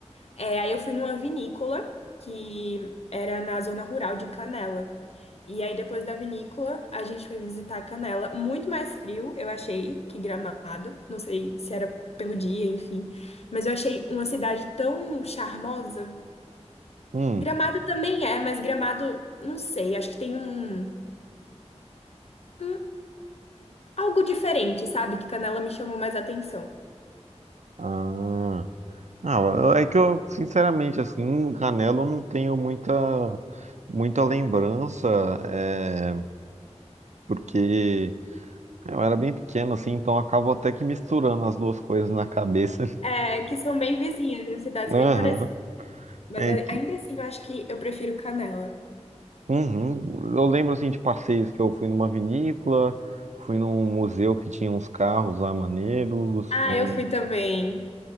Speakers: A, on the left; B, on the right.
A: É, aí eu fui numa vinícola que era na zona rural de Canela. E aí depois da vinícola, a gente foi visitar Canela, muito mais frio, eu achei, que Gramado. Não sei se era pelo dia, enfim, mas eu achei uma cidade tão charmosa.
B: Hum.
A: Gramado também é, mas Gramado, não sei, acho que tem um, um algo diferente, sabe? Que Canela me chamou mais atenção.
B: Ah. Ah, é que eu, sinceramente, assim, Canela eu não tenho muita, muita lembrança, é, porque eu era bem pequeno, assim, então eu acabo até que misturando as duas coisas na cabeça.
A: É, que são bem vizinhas, em cidades
B: <laughs> Aham.
A: bem parecidas. Mas
B: É
A: a-
B: que
A: ainda assim, eu acho que eu prefiro Canela.
B: Uhum. Eu lembro assim de passeios que eu fui numa vinícola, fui num museu que tinha uns carros lá maneiros.
A: Ah,
B: um-
A: eu fui também.